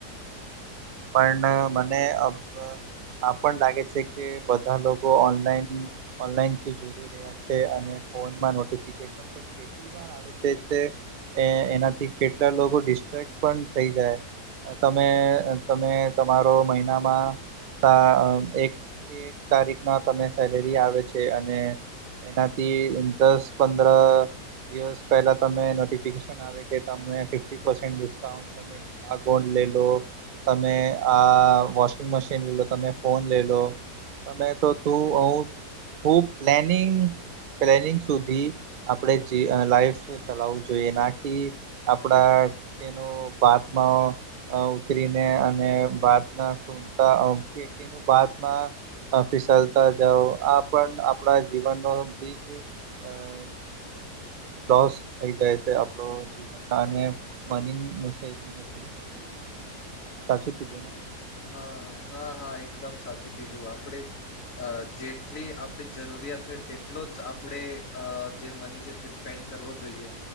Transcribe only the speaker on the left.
હા, હા, હા એકદમ સાચું કીધું, આપડે અ જેટલી આપડી જરૂરિયાત હોય તેટલો જ આપડે અ જે મની છે તે સ્પેડ કરવો જોઈએ.